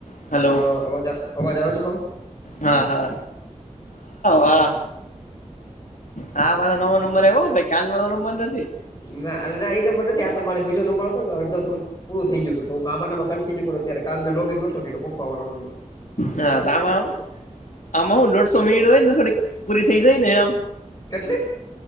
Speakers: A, on the left (about 80°); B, on the left (about 30°).
A: Hello
B: હા અવાજ અવાજ આવે છે મારો.
A: હા હા હા હ આ વા નવો નંબર આવાઈ કાલ વાળો નંબર નથી.
B: ના એલે ના એ નંબર નથી આ તમારે બીજો નંબર હતોને અડધો થડો પૂરો થ ગયું હું આરંમાં કન્ટિનુ કર ત્યારે કલે મે લોગન નોતો કર્યો પપ્પ વાળ નંર
A: હા આમાં આમાં હું દોઢસો મિડ હોય ને થોડી પૂરી થઈ જાય ને આમ
B: કેટલી.